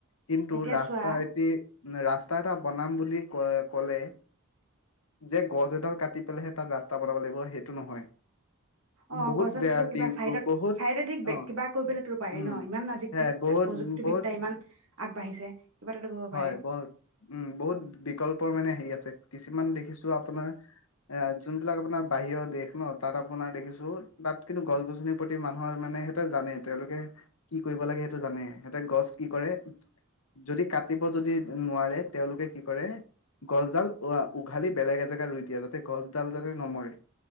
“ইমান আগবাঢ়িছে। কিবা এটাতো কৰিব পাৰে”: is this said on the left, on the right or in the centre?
Right